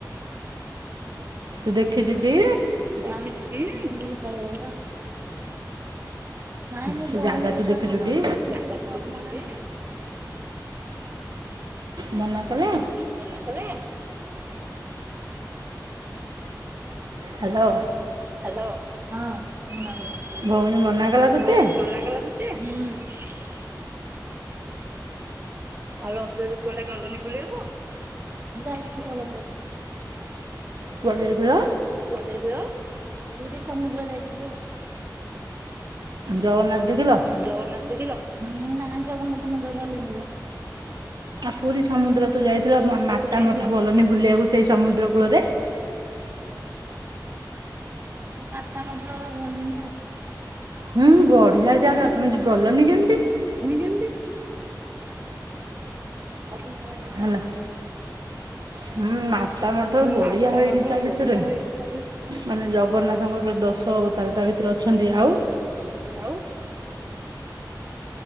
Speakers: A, on the right; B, on the right.
A: ତୁ ଦେଖିଛୁ ଟି?
B: ବୁଲିକି ପଳେଇ ଆଇଲ। ନାଇଁ ମୋ
A: ସେ
B: ଭଉଣୀ
A: ଜାଗା
B: କହିଥିଲା
A: ତୁ ଦେଖିଛୁ
B: ନବାକୁ
A: ଟି
B: ଯେ। <unintelligible>
A: ମନା କଲା?
B: ମନା କଲା?
A: ହ୍ୟାଲୋ।
B: ହ୍ୟାଲୋ? ହଁ ମନା କଲା।
A: ଭଉଣୀ ମନା ତୋତେ
B: ଭଉଣୀ ମନା କଲା ତ ତତେ? ହଁ। ଆଉ ରଜ ରେ କୁଆଡ଼େ ଗଲନି ବୁଲିବାକୁ? ଯାଇଥିଲୁ। <unintelligible>
A: କୁଆଡ଼େ ଯାଇଥିଲ?
B: କୁଆଡ଼େ ଯାଇଥିଲ? ପୁରୀ ସମୁଦ୍ର ଯାଇଥିଲି ଆଉ।
A: ଜଗନ୍ନାଥ ଦେଖିଲ?
B: ଜଗନ୍ନାଥ ଦେଖିଲ? ନାଇଁ ଜଗନ୍ନାଥ ମନ୍ଦିର ଗଲେନି ବା।
A: ଆଉ ପୁରୀ ସମୁଦ୍ର ତ ଯାଇଥିଲ
B: ମନ୍ଦିର
A: ମାତା
B: ତୁ ଯାଇଥିଲ
A: ମଠ ଗଲନି
B: ମା
A: ବୁଲିବାକୁ ସେଇ ସମୁଦ୍ର କୂଳରେ।
B: ମାତା ମଠ ଗଲିନି ଆଉ। <unintelligible> ଗଲନି
A: ହୁଁ ବଢ଼ିଆ ଜାଗା ତମେ ଯ- ଗଲନି କେମିତି
B: କେମିତି? ଆଉ କେତେବେଳେ ଯିବା
A: ହେଲା
B: ଆଉ।
A: ହୁଁ ମା ତା ମଠ ବଢ଼ିଆ
B: ମାତା
A: ହେଇଚି
B: ମଠ
A: ତା ଭିତରେ।
B: ବଢିଆ ହେଇନି ତା ଭିତରେ।
A: ମାନେ ଜଗନ୍ନାଥଙ୍କର ପୁରା ଦଶ ଅବ ତାର ତା ଭିତରେ ଅଛନ୍ତି ଆଉ
B: ରେ ଅଛନ୍ତି ଆଉ